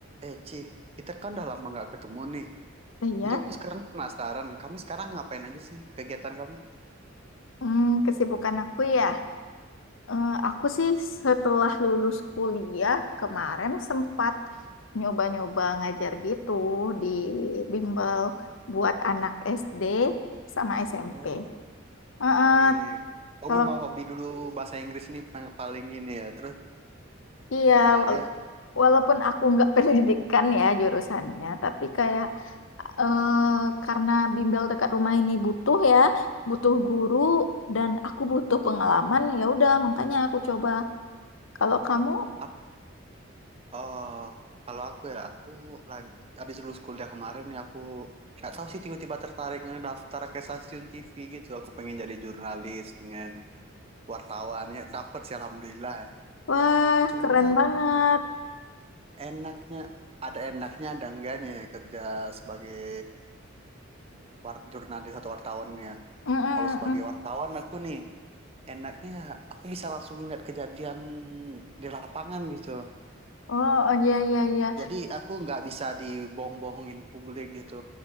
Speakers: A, on the right; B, on the left.
A: Eh, Ci, kita kan udah lama nggak ketemu nih.
B: Iya,
A: Jadi aku sekarang penasaran, kamu sekarang ngapain aja sih kegiatan kamu?
B: Hmm, kesibukan aku ya. Eh, aku sih setelah lulus kuliah kemarin sempat nyoba-nyoba ngajar gitu di bimbel buat anak SD sama SMP.
A: Oh,
B: Eh, eh,
A: Iya, iya. Kamu
B: kalau
A: memang hobi dulu bahasa Inggris ini pa- paling ini ya. Terus,
B: iya,
A: nah
B: wal-
A: ya,
B: walaupun aku nggak <laughs> pendidikan ya jurusannya, tapi
A: ya.
B: kayak eh karena bimbel dekat rumah ini butuh ya, butuh guru dan aku butuh pengalaman ya udah makanya aku coba. Kalau kamu
A: Ap- oh, kalau aku ya, aku lagi habis lulus kuliah kemarin ya aku nggak tahu sih tiba-tiba tertarik ngedaftar ke stasiun TV gitu. Aku pengen jadi jurnalis, pengen wartawan ya. Dapet sih alhamdulillah.
B: Wah,
A: Cuman
B: keren banget.
A: enaknya ada enaknya ada enggaknya ya kerja sebagai wart jurnalis atau wartawannya.
B: Mm-mm,
A: Kalau sebagai
B: mm.
A: wartawan aku nih enaknya aku bisa langsung lihat kejadian di lapangan gitu.
B: Oh, oh iya iya iya.
A: Jadi aku nggak bisa dibohong-bohongin publik gitu.